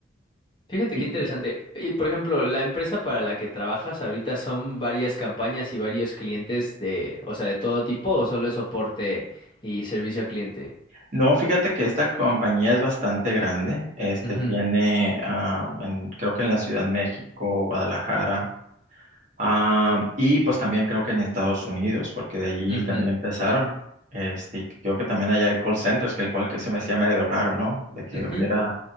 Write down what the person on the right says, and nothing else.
Y-
no, fíjate que esta compañía es bastante grande, este
tiene, ah, en- creo que en la Ciudad de México, Guadalajara. Ah, y pues también creo que en Estados Unidos, porque de allí
también empezaron. Este, y creo que también allá hay call centers, que el cual que se me hacía medio raro, ¿no? De que
hubiera